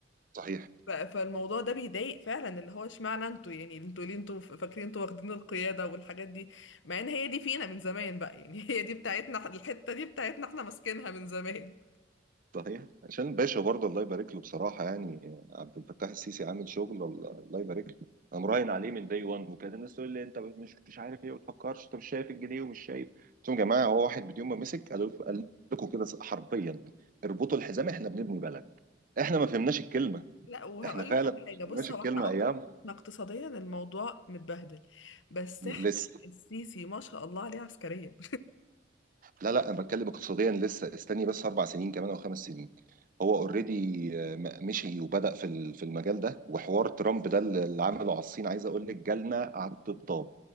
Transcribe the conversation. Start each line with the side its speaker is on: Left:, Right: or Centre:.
Right: صحيح
Left: ف- فالموضوع ده بيضايق فعلا اللي هو اشمعنى انتوا يعني انتوا ليه انتوا فاكرين انتوا واخدين القيادة والحاجات دي مع ان هي دي فينا من زمان بقى يعني <laughs> هي دي بتاعتنا الحتة دي بتاعتنا احنا ماسكينها من زمان
Right: صحيح عشان الباشا برضه الله يبارك له بصراحة يعني عبد الفتاح السيسي عامل شغل الله الله يبارك له أنا مراهن عليه من داي 1 وكانت الناس تقول لي أنت مش مش عارف إيه ما بتفكرش أنت مش شايف الجنيه ومش شايف قلت لهم يا جماعة هو واحد يوم ما مسك قال قال لكم كده حرفيا اربطوا الحزام إحنا بنبني بلد إحنا ما فهمناش الكلمة
Left: لا وهقول
Right: إحنا فعلا
Left: لك على حاجه
Right: ما
Left: بص
Right: فهمناش
Left: هو
Right: الكلمة
Left: احنا أق...
Right: أيام
Left: احنا اقتصاديا الموضوع متبهدل بس
Right: لسه
Left: احنا السيسي ما شاء الله عليه عسكريا
Right: لا لا انا بتكلم اقتصاديا لسه استني بس اربع سنين كمان او خمس سنين هو اوريدي مشي وبدأ في ال- في المجال ده وحوار ترامب ده اللي اللي عمله على الصين عايز اقول لك جالنا على الطبطاب